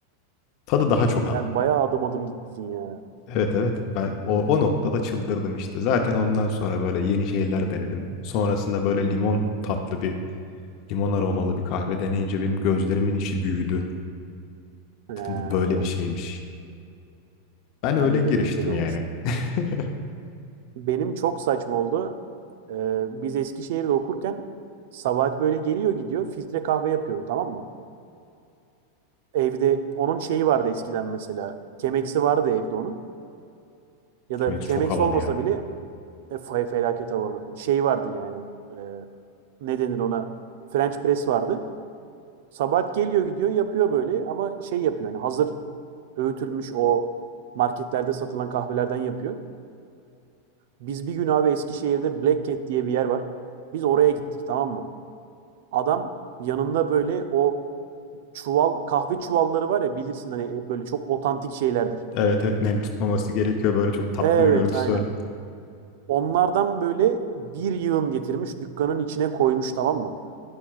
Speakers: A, on the left (about 50°); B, on the right (about 65°).
A: Tadı daha çok
B: Sen
A: aldım.
B: bayağı adım adım gitmişsin ya.
A: Evet evet ben o, o noktada çıldırdım işte. Zaten ondan sonra böyle yeni şeyler denedim. Sonrasında böyle limon tatlı bir limon aromalı bir kahve deneyince benim gözlerimin içi büyüdü.
B: Ee,
A: Dedim bu böyle
B: evet.
A: bir şeymiş. Ben
B: Bende
A: öyle giriştim
B: de benzeri olmuştu.
A: yani. <laughs>
B: Benim çok saçma oldu. Ee, biz Eskişehir'de okurken Sabahat böyle geliyor gidiyor filtre kahve yapıyordu tamam mı? Evde onun şeyi vardı eskiden mesela. Kemeksi vardı evde onun. Ya
A: Chemex
B: da kemeksi
A: çok havalı
B: olmasa
A: ya.
B: bile e, fe- felaket havalı. Şey vardı yani. e, ne denir ona? French press vardı. Sabahat geliyor gidiyor yapıyor böyle ama şey yapıyor yani hazır öğütülmüş o marketlerde satılan kahvelerden yapıyor. Biz bir gün abi Eskişehir'de Black Cat diye bir yer var. Biz oraya gittik tamam mı? Adam yanında böyle o çuval kahve çuvalları var ya bilirsin hani e, böyle çok otantik şeylerdir.
A: Evet evet nem tutmaması gerekiyor böyle çok tatlı
B: Evet
A: bir görüntüsü
B: aynen.
A: var.
B: Onlardan böyle bir yığın getirmiş dükkanın içine koymuş tamam mı?